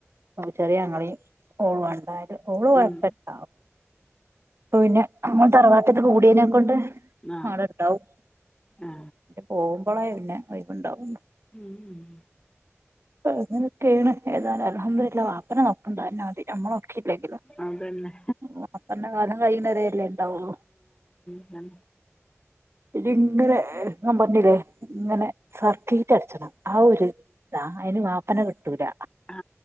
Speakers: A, on the right; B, on the left.
A: ചെറിയ അങ്ങളേം ഓളണ്ടാലും. ഓള് കൊഴപ്പല്ല.
B: ഉം
A: പിന്നെ നമ്മളെ തറവാട്ടത്ത് കൂടിയതിനെക്കൊണ്ട്
B: ആ
A: ആടുണ്ടാവും.
B: ആ
A: പോകുമ്പോളായി പിന്നെ ഒഴിവുണ്ടാവുള്ളു.
B: ഉം ഉം
A: അങ്ങനെക്കെയാണ് ഏതാനും അൽഹംദുലില്ലാഹ് വാപ്പാനെ നോക്കണ്ട്. അതന്നെ മതി. നമ്മള നോക്കില്ലെങ്കിലും
B: അതുതന്നെ
A: വാപ്പാന്റെ കാലം കഴിയണാരല്ലേ ഉണ്ടാവുള്ളു.
B: ആഹ്
A: ഇജ് ഇന്റെ നമ്പർഞ്ഞില്ലേ ഇങ്ങനെ സർക്കിട്ട അടച്ചണം. ആ ഒരു ഇതാ അയിന് ബാപ്പന കിട്ടൂല്ല.
B: ആ